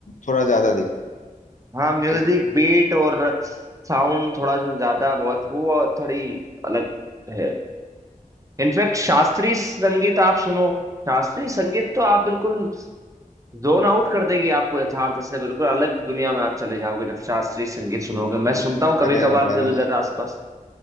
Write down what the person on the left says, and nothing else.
थोड़ा ज्यादा दिखता
है
ठीक है
बिल्कुल
बिल्कुल
मैंने
मैंने
स-